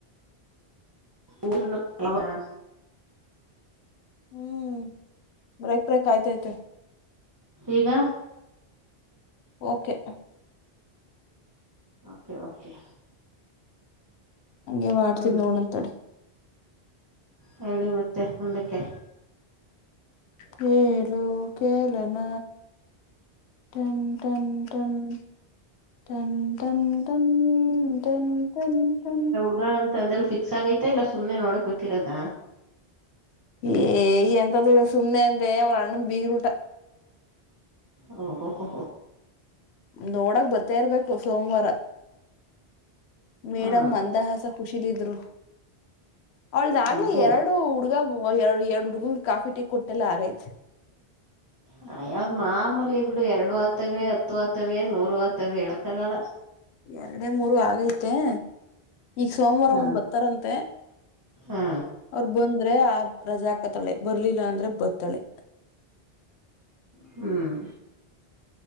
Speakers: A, on the right (about 20°); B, on the left (about 80°).
A: ಊರನ್ನು ಯರ <inaudible>
B: ಹ್ಮ್ ಬ್ರೇಕ್ ಬ್ರೇಕ್ ಆಯ್ತೈತೆ.
A: ಈಗ.
B: Okay
A: okay okay.
B: ಹಂಗೆ ಮಾಡ್ತೀನಿ
A: ಹ್ಮ್
B: ನೋಡನ ತಡಿ.
A: ಹೇಳಿ ಮತ್ತೆ ಮುಂದಕ್ಕೆ.
B: ಹೇಳು ಕೇಳನಾ. ಟನ್ ಟನ್ ಟನ್. ಟನ್ ಟನ್ ಟನ್ ಟನ್ ಟನ್ ಟನ್
A: ಹುಡುಗ ಅಂತ್ ಅಂದಲ್ ಫಿಕ್ಸ್ ಆಗೈತಾ ಇಲ್ಲ ಸುಮ್ನೆ ನೋಡಕ್ ಬಿಟ್ಟಿರದ.
B: ಏಯ ಎಂತದೂ ಇಲ್ಲ ಸುಮ್ನೆ ಅಂದೆ ಅವ್ರ ಅಣ್ಣನ್ ಬೀಗರುೂಟ.
A: ಓ ಹೋ ಹೋ
B: ನೋಡಕ್ ಬರ್ತಾ ಇರ್ಬೇಕು ಸೋಮವಾರ ಮೇಡಮ್
A: ಹಾ
B: ಮಂದಾಹಾಸ ಖುಷಿಲ್ ಇದ್ರು ಅವಳ್ದ ಆಗ್ಲೆ
A: ಅಬ್ಬೋ
B: ಎರಡು ಹುಡ್ಗ ಓ ಎರಡು ಎರಡು ಹುಡುಗುಗು ಕಾಫಿ ಟೀ ಕೊಟ್ಟೆಲ್ಲ ಆಗೈತ
A: ಹ ಐಯ್ಯ ಅದ್ ಮಾಮೂಲಿ ಬಿಡು ಎರಡು ಆತವೆ ಹತ್ತು ಆತವೆ ನೂರು ಆತವೆ ಹೇಳಕ ಆಗಲ್ಲ.
B: ಎರಡೆ ಮೂರು ಆಗೈತೆ ಈಗ ಸೋಮವಾರ
A: ಹಾ
B: ಒಂದ್ ಬತ್ತಾರಂತೆ.
A: ಹಾ
B: ಅವ್ರ ಬಂದ್ರೆ ಆ ರಜಾ ಹಕತಾಳೆ ಬರ್ಲಿಲ್ಲ ಅಂದ್ರೆ ಬತ್ತಾಳೆ.
A: ಹ್ಮ್